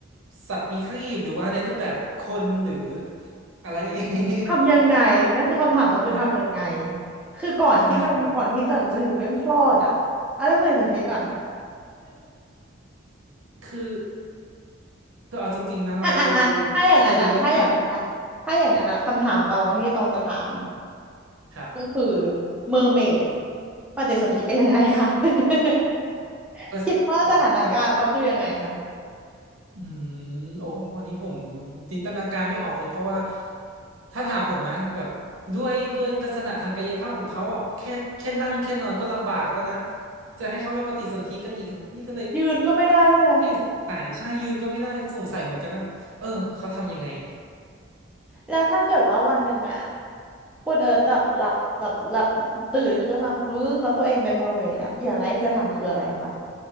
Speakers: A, on the right; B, in the centre.
A: สัตว์มีครีบหรือว่าในรูปแบบคนหรืออะไร <laughs> อย่างนี้
B: ทำยังไงนั่นคือคำถามต่อคือทำยังไง
A: ใช่
B: คือก่อนที่จะมีก่อนที่จะถึงเรื่องคลอดอะเอาเรื่องปฏิสนธิก่อน
A: ใช่ครับ คือคือเอาจริงๆนะเราเราดู
B: <laughs> อ่ะอ่ะอ่ะถ้าอย่างนั้นอะถ้าอย่างนั้นอะถ้าอย่างนั้นอะคำถามตองที่ตองจะถาม
A: เราดูลักษณะครับ
B: ก็คือเมอร์เมดปฏิสนธิกันยังไงคะ <laughs>
A: ก็
B: คิดว่าสถานการณ์เขาคือยังไงคะ
A: ก็อืมโอ้วันนี้ผมจินตนาการไม่ออกเลยเพราะว่าถ้าถามผมนะแบบด้วยด้วยลักษณะทางกายภาพของเขาอ่ะแค่แค่นั่งแค่นอนก็ลำบากแล้วนะจะให้เขาไปปฏิสนธิกันอีกนี่ก็เลย
B: ยืนก็ไม่ได้ด้วยนะ
A: ยังสงสัยใช่ยืนก็ไม่ได้สงสัยเหมือนกันนะเออเขาทำยังไง
B: แล้วถ้าเกิดว่าวันหนึ่งอะคุณเอิร์ธแบบหลับหลับหลับตื่นขึ้นมาปึ้งแล้วตัวเองเป็นเมอร์เมดอะอย่างแรกที่จะทำคืออะไรคะ